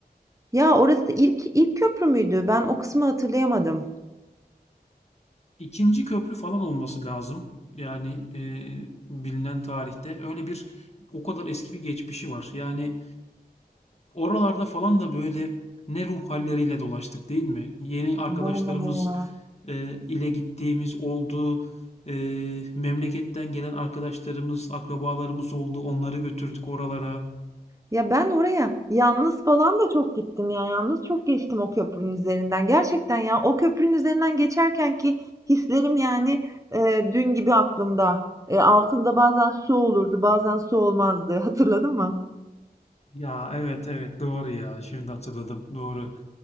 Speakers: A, on the right; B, on the left.
A: Ya orası ilk ilk köprü müydü? Ben o kısmı hatırlayamadım.
B: 2. köprü falan olması lazım. Yani, eee, bilinen tarihte. Öyle bir o kadar eski bir geçmişi var. Yani, Oralarda falan da böyle ne ruh halleriyle dolaştık değil mi? Yeni arkadaşlarımız
A: Vallahi ya.
B: e, ile gittiğimiz oldu. E, memleketten gelen arkadaşlarımız, akrabalarımız oldu. Onları götürdük oralara.
A: Ya ben oraya yalnız falan da çok gittim ya. Yalnız çok geçtim o köprünün üzerinden. Gerçekten ya o köprünün üzerinden geçerken ki hislerim yani e, dün gibi aklımda. E, altında bazen su olurdu, bazen su olmazdı. <laughs> Hatırladın mı?
B: Ya evet evet doğru ya. Şimdi hatırladım. Doğru.